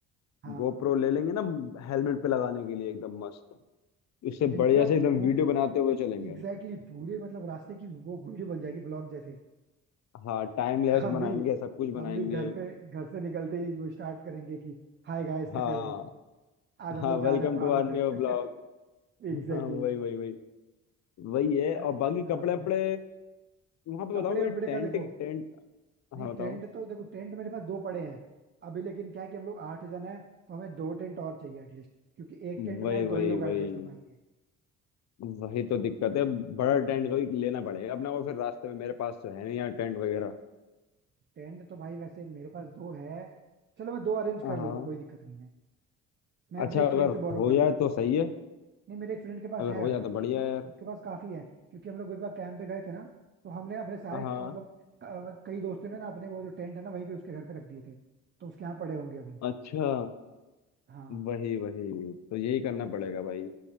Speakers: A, on the right; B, on the left.
A: हाँ
B: गोप्रो ले लेंगे ना हेलमेट पे लगाने के लिए एकदम मस्त इससे
A: इनफैक्ट
B: बढ़िया से एकदम
A: पूरी
B: वीडियो बनाते हुए चलेंगे
A: एग्जैक्टली exactly, पूरे मतलब रास्ते की वो वीडियो बन जाएगी ब्लॉग जैसे
B: हाँ टाइम लैप्स
A: हम
B: बनाएंगे
A: भी
B: सब कुछ बनाएंगे
A: हम भी घर पे घर से निकलते ही वो स्टार्ट करेंगे कि हाय गाइस कैसे
B: हाँ
A: हो आज हम
B: हाँ
A: लोग
B: welcome
A: जा रहे हैं पहाड़ों
B: to our new
A: पे
B: blog
A: <laughs> Exactly
B: हाँ वही
A: exactly.
B: वही वही वही है
A: यार
B: और
A: क्या
B: बाकी कपड़े
A: फिर।
B: वपड़े वहां पे
A: कपड़े
B: बताओ वही
A: वपड़े
B: टेंट
A: का देखो
B: टेंट
A: नहीं
B: हाँ बताओ
A: टेंट तो देखो टेंट मेरे पास दो पड़े हैं अभी लेकिन क्या है कि हम लोग आठ जन है तो हमें दो टेंट और चाहिए एटलीस्ट क्योंकि एक टेंट
B: वही
A: में यार
B: वही
A: दो ही लोग
B: वही
A: एडजस्ट हो पाएंगे
B: वही तो दिक्कत है बड़ा टेंट कोई लेना पड़ेगा अपना वो फिर रास्ते में मेरे पास तो है नहीं यार टेंट वगैरह
A: टेंट तो भाई वैसे मेरे पास दो है चलो मैं दो अरेंज
B: हाँ
A: कर लूंगा कोई दिक्कत नहीं है मैं
B: अच्छा
A: अपने एक
B: अगर
A: फ्रेंड से बोरो
B: हो
A: कर
B: जाए
A: लूंगा
B: तो सही है
A: नहीं मेरे एक फ्रेंड के पास
B: अगर
A: है
B: हो जाए
A: उसके
B: तो बढ़िया
A: पास
B: है यार
A: उसके पास काफी है क्योंकि हम लोग एक बार कैंप पे गए थे ना तो हमने अपने सारे
B: हाँ
A: मतलब क- कई दोस्तों ने ना अपने वो जो टेंट है ना वहीं पे उसके घर पे रख दिए थे तो उसके यहाँ पड़े होंगे अभी
B: अच्छा
A: हाँ
B: वही वही तो यही करना पड़ेगा भाई